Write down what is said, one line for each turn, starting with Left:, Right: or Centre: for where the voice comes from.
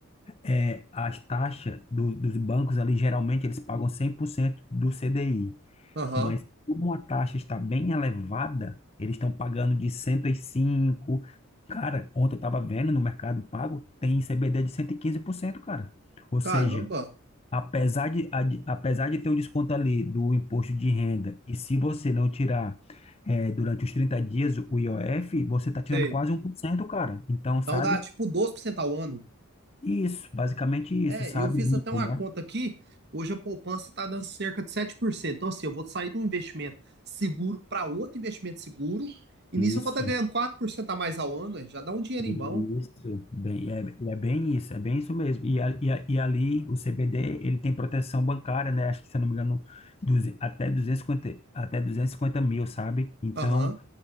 Left: é, as taxas do- dos bancos ali, geralmente, eles pagam 100% do CDI.
Right: aham.
Left: Mas como a taxa está bem elevada, eles estão pagando de 105. Cara, ontem eu estava vendo no Mercado Pago, tem CBD de 115%, cara. Ou
Right: Caramba,
Left: seja, apesar de, a- de- apesar de ter o desconto ali do imposto de renda, e se você não tirar eh, durante os 30 dias o IOF, você está tirando
Right: sei.
Left: quase um por cento, cara. Então,
Right: Então
Left: sabe?
Right: dá tipo 12% ao ano.
Left: Isso, basicamente isso,
Right: É,
Left: sabe?
Right: eu fiz
Left: Limpo,
Right: até uma
Left: né?
Right: conta aqui. Hoje a poupança está dando cerca de 7%. Então, assim, eu vou sair de um investimento seguro para outro investimento seguro. E nisso eu
Left: Isso.
Right: vou estar ganhando 4% a mais ao ano. aí Já dá um dinheirinho
Left: Isso,
Right: bom.
Left: bem, é, é bem isso, é bem isso mesmo. E, a- e, a- e ali o CBD, ele tem proteção bancária, né? Acho que, se eu não me engano, duze- até 250, até 250 mil, sabe? Então,
Right: Aham,